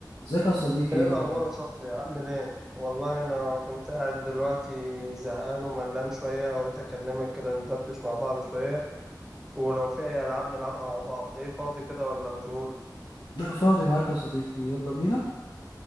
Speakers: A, on the left; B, in the centre.
A: ازيك يا صديقي
B: ايه
A: ايه الاخبار
B: الاخبار يا صاحبي عامل ايه والله انا كنت قاعد دلوقتي زهقان وملان شويه قلت اكلمك كده ندردش مع بعض شويه ولو في اي العاب نلعبها مع بعض ايه فاضي كده ولا مشغول
A: لا فاضي معاك يا صديقي يلا بينا